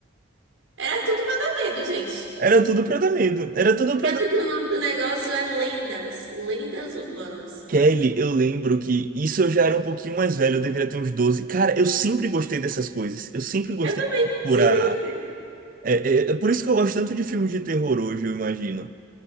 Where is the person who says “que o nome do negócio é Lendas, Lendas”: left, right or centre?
Right